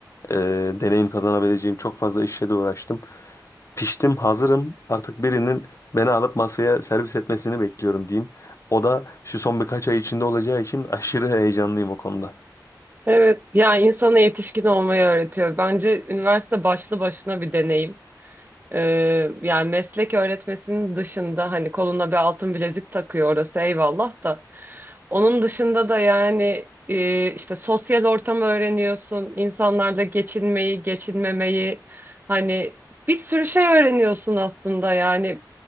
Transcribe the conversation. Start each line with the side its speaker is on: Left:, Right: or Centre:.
Left: e, deneyim kazanabileceğim çok fazla işle de uğraştım. Piştim, hazırım. Artık birinin beni alıp masaya servis etmesini bekliyorum diyeyim. O da şu son birkaç ay içinde olacağı için aşırı heyecanlıyım o konuda.
Right: Evet, yani insana yetişkin olmayı öğretiyor. Bence üniversite başlı başına bir deneyim. Ee, yani meslek öğretmesinin dışında hani koluna bir altın bilezik takıyor orası eyvallah da. Onun dışında da yani e, işte sosyal ortamı öğreniyorsun, insanlarla geçinmeyi, geçinmemeyi hani bir sürü şey öğreniyorsun aslında yani